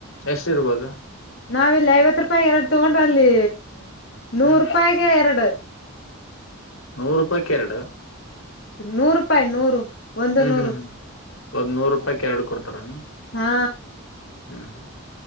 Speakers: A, on the left; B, on the left.
A: ಎಷ್ಟ ಇರ್ಬೋದು
B: ನಾವಿಲ್ಲಿ ಐವತ್ ರೂಪಾಯ ಎರಡು ತಗೊಂಡ್ರೆ ಅಲ್ಲಿ ನೂರ್
A: ಹ್ಮ್
B: ರೂಪಾಯಗೆ ಎರಡು
A: ನೂರು ರೂಪಾಯ್ಕ ಎರಡು
B: ನೂರು ರೂಪಾಯಿ ನೂರು ಒಂದು
A: ಹ್ಮ್
B: ನೂರು
A: ಹ್ಮ್ ಹ್ಮ್ ಒದ್ ನೂರು ರೂಪಾಯಿಕ್ ಎರಡು ಕೊಡ್ತಾರನು
B: ಹಾ
A: ಹ್ಮ ಹ್ಮ